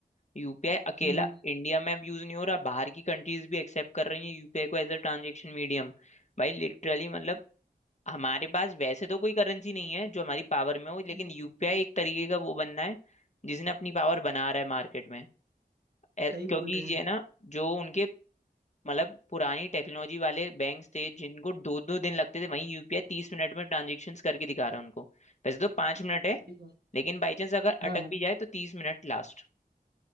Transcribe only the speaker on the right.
हम्म हम्म,
जी जी,
सही
बोल रहे हैं
सही बात
हाँ
हाँ